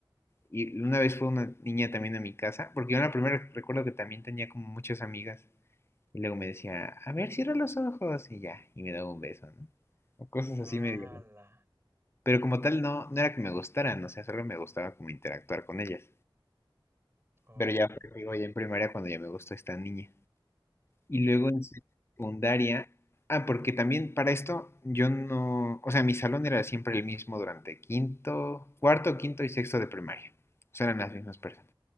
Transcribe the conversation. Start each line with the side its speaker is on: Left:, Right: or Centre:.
Left: Y una vez fue una niña también a mi casa, porque yo en la primera recuerdo que también tenía como muchas amigas. Y luego me decía, a ver, cierra los ojos y ya, y me daba un beso, ¿no? O cosas así
Right: ¡Hala!
Left: medio. Pero como tal, no, no era que me gustaran, o sea, solo me gustaba como interactuar con ellas.
Right: Oye,
Left: Pero ya fue,
Right: ya.
Left: digo, ya en primaria cuando ya me gustó esta niña. Y
Right: Ok.
Left: luego en secundaria, ah, porque también para esto yo no, o sea, mi salón era siempre el mismo durante quinto, cuarto, quinto y sexto de primaria. O sea, eran las mismas personas.